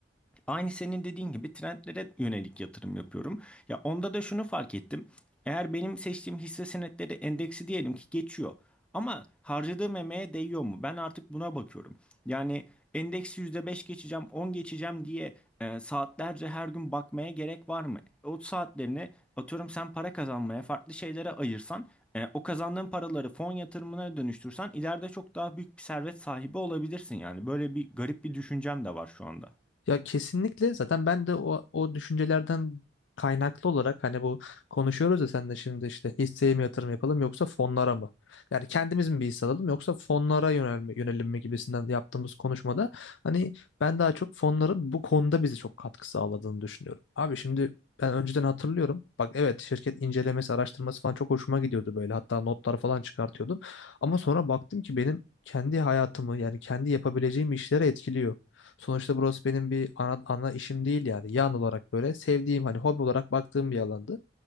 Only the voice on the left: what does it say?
Ya kesinlikle zaten ben de o, o düşüncelerden kaynaklı olarak hani bu konuşuyoruz ya sen de şimdi işte hisseye mi yatırım yapalım yoksa fonlara mı? Yani kendimiz mi bir hisse alalım yoksa fonlara yönelme, yönelim mi gibisinden yaptığımız konuşmada hani ben daha çok fonların bu konuda bize çok katkı sağladığını düşünüyorum. Abi şimdi ben önceden hatırlıyorum. Bak evet şirket incelemesi, araştırması falan çok hoşuma gidiyordu böyle. Hatta notlar falan çıkartıyordum. Ama sonra baktım ki benim kendi hayatımı yani kendi yapabileceğim işlere etkiliyor. Sonuçta burası benim bir ana, ana işim değil yani. Yan olarak böyle sevdiğim hani hobi olarak baktığım bir alandı.